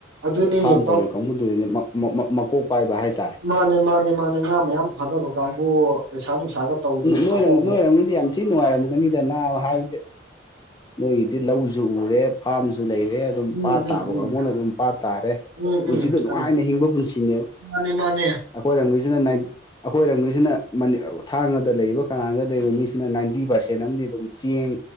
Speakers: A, on the right; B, on the left.
A: ꯑꯗꯨꯅꯤꯅꯦ
B: ꯑꯗꯣ ꯐꯥꯝ
A: ꯇꯧ
B: ꯇꯧꯔꯤ ꯀꯥꯡꯕꯨꯗꯨꯗꯤ ꯅꯦ ꯃꯞ ꯃꯞ ꯃꯞ ꯃꯀꯣꯛ ꯄꯥꯏꯕ ꯍꯥꯏꯇꯥꯔꯦ
A: ꯃꯥꯅꯦ ꯃꯥꯅꯦ ꯃꯥꯅꯦ ꯉꯥ ꯃꯌꯥꯝ ꯊꯥꯗꯕ ꯀꯥꯡꯕꯨ ꯄꯩꯁꯥ ꯅꯨꯡꯁꯥꯒ ꯇꯧꯗꯅ
B: ꯅꯣꯏꯔꯣꯝ
A: ꯊꯥꯗꯕ
B: ꯅꯣꯏꯔꯣꯝꯒꯤꯗꯤ ꯌꯥꯝ ꯊꯤ ꯅꯨꯡꯉꯥꯏꯔꯝꯒꯅꯤꯗꯅ ꯅꯕ ꯍꯥꯏꯕꯗꯤ ꯅꯣꯏꯒꯤꯗꯤ ꯂꯧꯖꯨ ꯎꯔꯦ ꯐꯥꯝꯖꯨ ꯂꯩꯔꯦ ꯗꯨꯝ
A: ꯎꯝ
B: ꯄꯥꯠ
A: ꯎꯝ
B: ꯇꯥꯕ
A: ꯎꯝ
B: ꯀꯥꯡꯕꯨꯅ ꯗꯨꯝ ꯄꯥꯠ ꯇꯥꯔꯦ
A: ꯎꯝ
B: ꯄꯨꯟꯁꯤꯗꯨ
A: ꯎꯝ
B: ꯅꯨꯡꯉꯥꯏꯅ
A: ꯈꯪꯉꯦ
B: ꯍꯤꯡꯕ ꯄꯨꯟꯁꯤꯅꯦꯕ
A: ꯃꯥꯅꯦ ꯃꯥꯅꯦ
B: ꯑꯩꯈꯣꯏꯔꯣꯝꯒꯤꯖꯤꯅ ꯅꯥꯏꯠ ꯑꯩꯈꯣꯏꯔꯣꯝꯒꯤꯖꯤꯅ ꯃꯅꯤ ꯑꯧ __ ꯊꯥꯡꯒꯗ ꯂꯩꯔꯤꯕ ꯀꯔꯥꯡꯗꯥ ꯂꯩꯔꯤꯕ ꯃꯤꯁꯤꯅ ꯅꯥꯏꯟꯇꯤ ꯄꯥꯔꯁꯦꯟ ꯑꯝꯗꯤ ꯑꯗꯨꯝ ꯆꯦꯡ